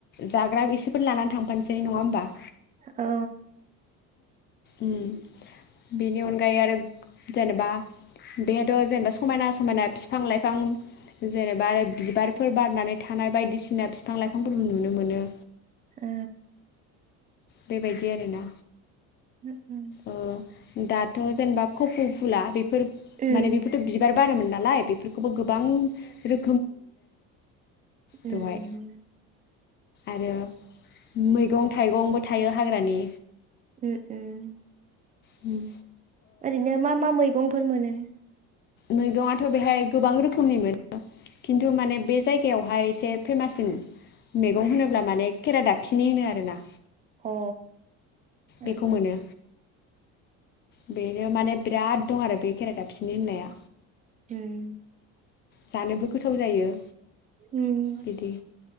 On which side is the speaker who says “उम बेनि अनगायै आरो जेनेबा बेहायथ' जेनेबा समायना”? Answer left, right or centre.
Left